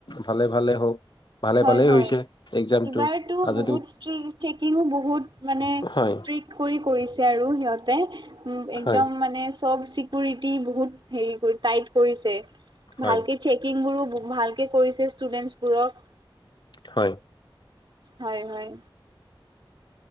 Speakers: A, on the left; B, on the right.
A: ভালে ভালে হওক ভালে
B: হয়
A: ভালেই
B: হয়
A: হৈছে এক্জামটো
B: এইবাৰতো
A: আৰু
B: বহুতষ্ট
A: যদিও
B: চেকিঙো বহুত মানে
A: হয়
B: ষ্ট্ৰিক কৰি কৰিছে আৰু সিহতে একদম
A: হয়
B: মানে চব চিকিৰিটি বহুত হেৰি কৰি টাইট কৰিছে
A: হয়
B: ভালকে চেকিং গোৰো ভালকে কৰিছে ষ্টুডেন্টছ বোৰক
A: হয়
B: হয় হয়